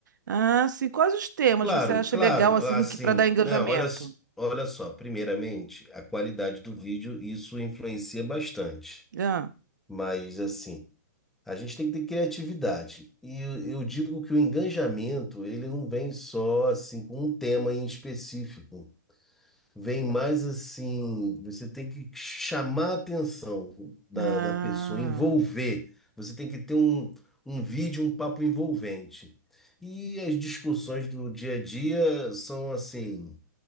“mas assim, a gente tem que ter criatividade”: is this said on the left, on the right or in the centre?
Centre